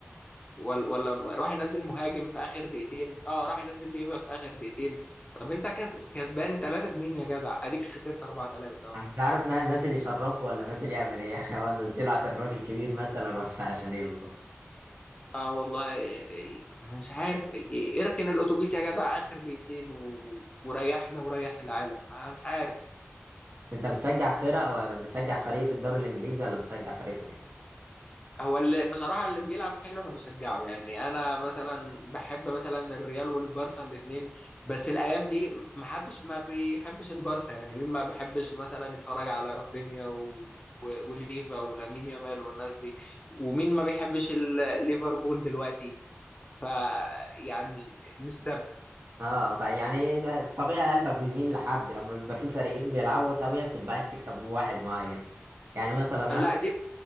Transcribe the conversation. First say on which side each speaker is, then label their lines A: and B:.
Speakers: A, on the left; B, on the right.
A: ولا ولا راح ينزل مهاجم في اخر دقيقتين اه راح ينزل ليفا في اخر دقيقتين طب انت كس... كسبان 3 2 يا جدع اديك خسرت 4 3 اه
B: انا مش عارف نا- نازل يشرفه ولا نازل يعمل ايه <laughs> يعني هو نزله عشان راجل كبير مثلا ولا عشان ايه بالظبط
A: اه والله إيه، مش عارف إيه، إيه، اركن الاتوبيس يا جدع اخر دقيقتين و... وريحنا وريح العالم انا مش عارف
B: انت بتشجع فرق ولا بتشجع فريق في الدوري الانجليزي ولا بتشجع فريق فين
A: هو اللي بصراحة اللي بيلعب حلو أنا بشجعه يعني أنا مثلا بحب مثلا الريال والبارسا الاتنين بس الأيام دي محدش ما بيحبش البارسا يعني مين ما بيحبش مثلا يتفرج على رافينيا و... و- وليفا ولامين يامال والناس دي ومين ما بيحبش ال- ليفربول دلوقتي ف يعني مش ثابت
B: اه فيعني طبيعي قلبك بيميل لحد لما بيبقى في فريقين بيلعبوا طبيعي بتبقى عايز تكسب واحد معين يعني مثلا انا
A: لا دي